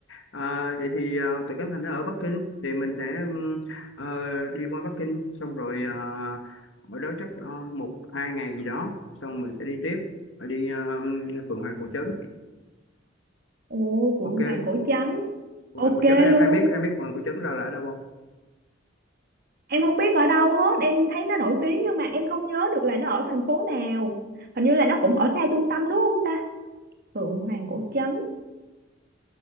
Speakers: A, on the left; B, on the right.
A: à, vậy thì ờ, tụi Cánh Thành nó ở Bắc Kinh thì mình sẽ ừm, ờ, đi qua Bắc Kinh xong rồi ờ, ở đó chắc ờ, một hai ngày gì đó xong mình sẽ đi tiếp Rồi đi ờ, Phượng Hoàng Cổ Trấn
B: ồ phượng
A: ok
B: hoàng cổ trắng
A: Phượng
B: ok
A: Hoàng Cổ Trấn em
B: luôn
A: em biết em biết Phượng Hoàng Cổ Trấn đâu là ở đâu không
B: em không biết ở đâu hết em thấy nó nổi tiếng nhưng mà em không nhớ được là nó ở thành phố nào hình như là nó cũng ở xa trung tâm đúng không ta Phượng Hoàng Cổ Trấn